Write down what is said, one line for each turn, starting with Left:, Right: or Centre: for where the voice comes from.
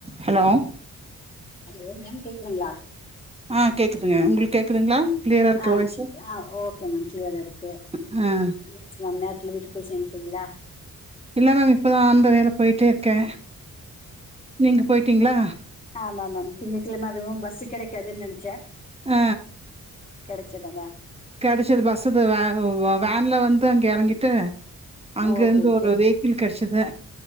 Right: Hello
Left: hello ma'am கேக்குதுங்களா
Right: ஆ கேக்குதுங்க உங்களுக்கு கேக்குதுங்களா கிளியரா இருக்க
Left: அ
Right: வாய்ஸு
Left: அ ஓகே மேம் கிளியரா இருக்கு
Right: ம்
Left: இட்ஸ் மேம் நேர வீட்டுக்கு போய் சேந்துட்டீங்களா
Right: இல்ல மேம் இப்பதான் வந்து நேரா போயிட்டே இர்க்கே நீங்க போயிட்டீங்களா
Left: ஆமா மேம் திங்கட்கிழமை அதுவும் பஸ்சு கிடைக்காது நெனச்ச
Right: அ
Left: கெடைச்சதன
Right: கெடச்சது பஸ் வ வ வேன்ல வந்து அங்க யறங்கிட்டு அங்க
Left: ஓகே
Right: இருந்து
Left: ஓகே
Right: ஒரு வெஹக்கிள் கெடச்சது